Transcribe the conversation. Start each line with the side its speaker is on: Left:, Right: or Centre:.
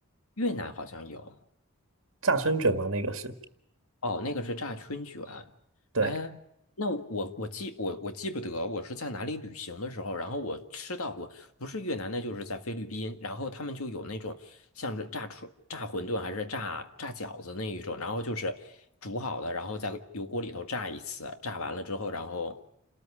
Left: 越南好像有。
Right: 炸春卷嘛，那个是，
Left: 哦，那个是炸春卷。
Right: 对。
Left: 哎，那我我记我我记不得我是在哪里旅行的时候，然后我吃到过，不是越南那就是在菲律宾，然后他们就有那种像是炸春炸馄饨还是炸炸饺子那一种，然后就是煮好的，然后在油锅里头炸一次，炸完了之后，然后